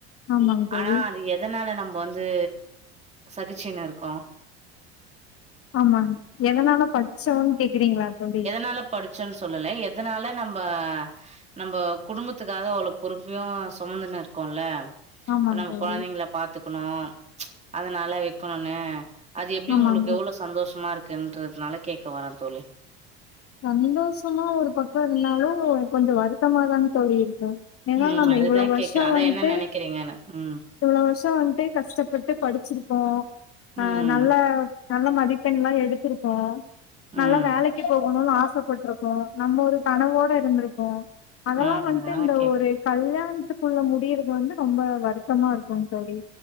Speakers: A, on the left; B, on the right.
A: ஆமாங் தோழி
B: ஆனா அது எதனால நம்ம வந்து சகிச்சினுு இருக்கோ
A: ஆமா எதனால படிச்சோன்னு கேக்குறீங்களா தோழி
B: நல்ல படிச் ச்சோன்னு சொல்லல எதனால நம்ப நம்போ குடும்பத்துக்காக அவ்ளவு பொறுப்பையு சுமந்துன்னு இருக்கோல்ல
A: ஆமாங்
B: இப்ப நம்ம
A: தோழி
B: கொழந்தைங்கள பாத்துக்கணு அதனால விக்கணுன்னு அது எப்டி
A: ஆமாங்க
B: உங்களுக்கு எவ்வளோ சந்தோஷமா இருக்குன்றதுனால கேட்க வரே தோழி
A: சந்தோஷமா ஒரு பக்க இருந்தாலு கொஞ்ச வருத்தமாதா தோழி இருக்கு ஏனா
B: ம்
A: நம்ம
B: அதுதா
A: இவ்வளோ வருஷோ
B: கேக்குறே அதா
A: வன்ட்டு
B: என்ன நெனைக்கிறீங்கன்னு ம்
A: இவ்வளோ வருஷ வந்து கஷ்டப்பட்டு படிச்சிருப்போ அ
B: ம்
A: நல்ல நல்ல மதிப்பெண்லா எடுடத்திருப்போ நல்ல
B: ம்
A: வேலைக்கி எவளோ ஆசைப்பட்டிருக்கோ நம்ம ஒரு கனவோட இருந்திருக்கோ அதெல்லா
B: ஆ
A: வன்ட்டு
B: அதனால
A: இந்த
B: கேக்
A: ஒரு கல்யாணத்துக்குள்ள முடியிறது வந்து ரொம்ப வருத்தமா இருக்கு தோழி